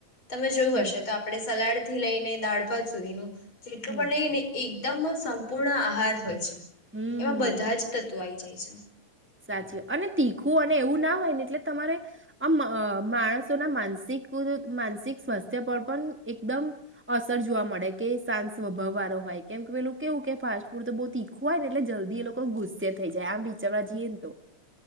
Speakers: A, on the left (about 40°); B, on the right (about 20°).
A: તમે જોયું
B: હમ
A: હશે તો આપણે સલાડ થી લઈને દાળ ભાત સુધીનું જેેટલુ
B: હમ
A: પણ લઈ ને એક એકદમ સંપૂર્ણ આહાર હોય છે
B: હમ
A: એવા બધા જ તત્વો આ આવી જાય છે
B: સાચી અને તીખું અને એવું ના હોય ને એટલે તમારે આમ માણસોના માનસિક માનસિક સ્વાસ્થ્ય પર પણ એકદમ અસર જોવા મળે કે શાંત સ્વભાવ વાળો હોય કેમ કે પેલું કેવું કે ફાસ્ટ ફૂડ તો બહુ તીખું હોય ને એટલે જલ્દી એ લોકો ગુસ્સે થઈ જાય આમ બિચળ એનતો